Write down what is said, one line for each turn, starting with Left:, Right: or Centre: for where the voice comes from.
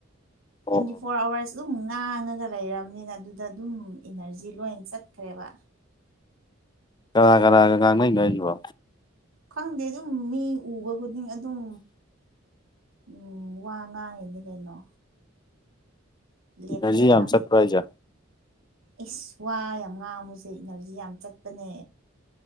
Left: ꯑꯣ
Right: ꯇꯣꯏꯟꯇꯤ ꯐꯣꯔ ꯑꯋꯥꯔꯁ ꯑꯗꯨꯝ ꯉꯥꯡꯉꯒ ꯂꯩꯔꯝꯅꯤꯅ ꯑꯗꯨꯗ ꯑꯗꯨꯝ ꯏꯅꯔꯖꯤ ꯂꯣꯏꯟ ꯆꯠꯈ꯭ꯔꯦꯕ
Left: ꯀꯅꯥ ꯀꯅꯥꯒ ꯉꯥꯡꯅꯩꯅꯣ ꯍꯥꯏꯖꯤꯕꯣ
Right: ꯈꯪꯗꯦ ꯑꯗꯨꯝ ꯃꯤ ꯎꯕ ꯈꯨꯗꯤꯡ ꯑꯗꯨꯝ ꯎꯝ ꯋꯥ ꯉꯥꯡꯉꯤꯅꯤ ꯀꯩꯅꯣ ꯂꯦꯞꯇꯦꯕ
Left: ꯏꯅꯔꯖꯤ ꯌꯥꯝ ꯆꯠꯄ꯭ꯔꯣ ꯍꯥꯏꯖꯦ
Right: ꯏꯁ ꯋꯥ ꯌꯥꯝ ꯉꯥꯡꯕꯖꯦ ꯏꯅꯔꯖꯤ ꯌꯥꯝ ꯆꯠꯄꯅꯦ